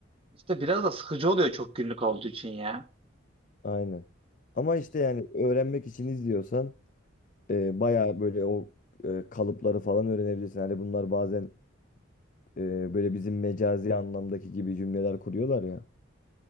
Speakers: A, on the right; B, on the left.
A: İşte biraz da sıkıcı oluyor çok günlük olduğu için ya.
B: Aynen. Ama işte yani öğrenmek için izliyorsan e, bayağı böyle o e, kalıpları falan öğrenebilirsin. Hani bunlar bazen e, böyle bizim mecazi anlamdaki gibi cümleler kuruyorlar ya.